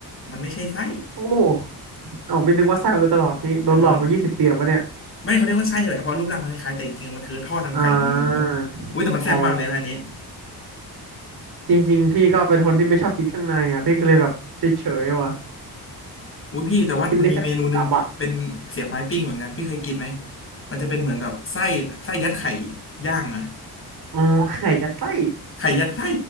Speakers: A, on the left (about 35°); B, on the right (about 70°).
A: มันไม่ใช่ไส้
B: โอ้อ๋อเป็นนึกว่าไส้มาโดยตลอดนี่โดนหลอกมายี่สิบปีแล้ววะเนี่ย
A: เออมันไม่เขาเรียกว่าไส้แหละเพราะรูปร่างมันคล้ายๆแต่จริงๆมันคือท่อนำไข่ของหมู
B: อ่า
A: อุ้ยแต่มันแซ่บมากเลยนะอันนี้
B: อ๋อจริงๆพี่ก็เป็นคนที่ไม่ชอบกินเครื่องในอ่ะพี่ก็เลยแบบเฉยๆอะว่ะ
A: อุ้ยพี่แต่ว่ามันมีเมนูหนึ่งเป็นเสียบไม้ปิ้งเหมือนกันพี่เคยกินไหม
B: กินได้แค่ตับอะ
A: มันจะเป็นเหมือนแบบไส้ไส้ยัดไข่ย่างอะ
B: อ๋อไข่ยัดไส้
A: ไข่ยัดไส้